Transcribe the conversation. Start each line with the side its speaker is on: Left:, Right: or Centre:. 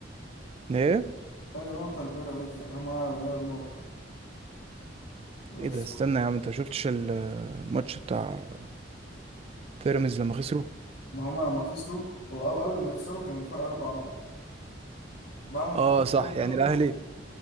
Right: ايه
Left: فرق نقطة لبيراميدز يعني هم أعلى مننا بنقطة بس
Right: ايه ده استنى يا عم انت شفتش الماتش بتاع بيراميدز لما خسروا
Left: ما هم لما خسروا هو قبل قبل ما يخسروا كان الفرق أربع نقط بعد ما
Right: اه
Left: خسروا
Right: صح
Left: بقى الفرق
Right: يعني
Left: نقطة
Right: الاهلي